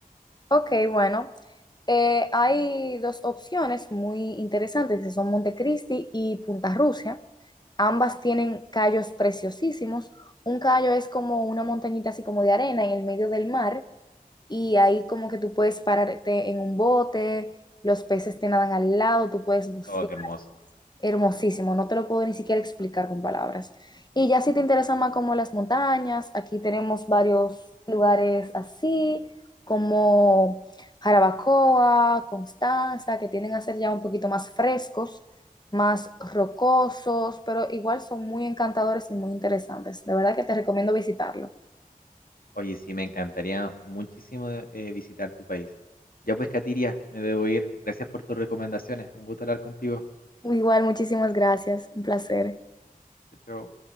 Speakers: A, on the left; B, on the left.
A: ok, bueno, eh, hay dos opciones muy interesantes, que son Montecristi y Punta Rusia. Ambas tienen callos preciosísimos. Un callo es como una montañita así como de arena en el medio del mar y ahí como que tú puedes pararte en un bote, los peces te nadan al lado, tú puedes bucear.
B: Oh, qué hermoso.
A: Hermosísimo, no te lo puedo ni siquiera explicar con palabras. Y ya si te interesan más como las montañas, aquí tenemos varios lugares así, como Jarabacoa, Constanza, que tienden a ser ya un poquito más frescos, más rocosos, pero igual son muy encantadores y muy interesantes. De verdad que te recomiendo visitarlo.
B: Oye, sí, me encantaría muchísimo eh, visitar tu país. Ya pues, Katiria, me debo ir. Gracias por tus recomendaciones. Un gusto hablar contigo.
A: Igual, muchísimas gracias, un placer.
B: Chao, chao.